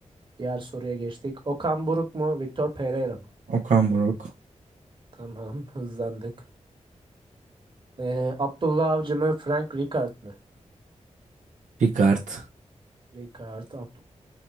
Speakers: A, on the right (about 40°); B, on the right (about 75°).
A: Diğer soruya geçtik. Okan Buruk mu, Victor Pereira mı?
B: Okan Buruk,
A: Tamam, <laughs> hızlandık. Ee, Abdullah Avcı mı, Frank Rijkaard mı?
B: Ricard.
A: Rijkaard, Abdullah